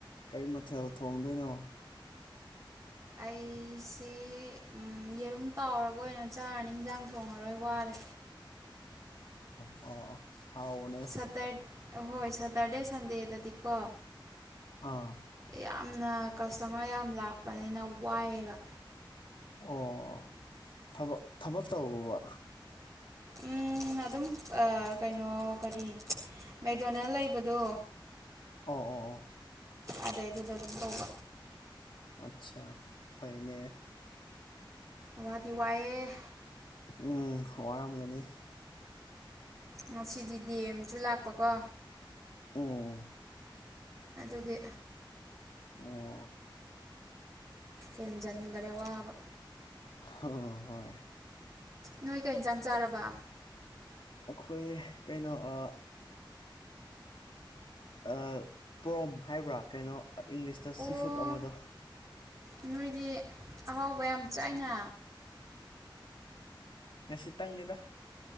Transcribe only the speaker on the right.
ꯑꯩꯁꯦ ꯌꯦꯔꯨꯝ ꯇꯥꯎꯔꯒ ꯑꯣꯏꯅ ꯆꯥꯔꯅꯤ ꯌꯦꯟꯖꯥꯡ ꯊꯣꯡꯉꯔꯣꯏ ꯋꯥꯔꯦ
ꯁꯇ꯭ꯔ ꯍꯣꯏ ꯁꯇꯔꯗꯦ ꯁꯟꯗꯦꯗꯗꯤꯀꯣ
ꯌꯥꯝꯅ ꯀꯁꯇꯃꯔ ꯌꯥꯝ ꯂꯥꯛꯄꯅꯤꯅ ꯋꯥꯏꯑꯦꯕ꯫
ꯎꯝ ꯑꯗꯨꯝ ꯑ ꯀꯩꯅꯣ ꯀꯔꯤ ꯃꯦꯛꯗꯣꯅꯦꯜ ꯂꯩꯕꯗꯣ
ꯑꯗꯩꯗꯨꯗ ꯑꯗꯨꯝꯕ
ꯋꯥꯇꯤ ꯋꯥꯑꯦ
ꯉꯁꯤꯗꯤ D M ꯁꯨ ꯂꯥꯛꯄꯀꯣ
ꯑꯗꯨꯒꯤ
ꯍꯦꯟꯖꯤꯟꯈꯔꯦ ꯋꯥꯕ
ꯅꯣꯏ ꯀꯩ ꯏꯟꯁꯥꯡ ꯆꯥꯔꯕ
ꯑꯣ
ꯅꯣꯏꯗꯤ ꯑꯍꯥꯎꯕ ꯌꯥꯝ ꯆꯥꯏꯅ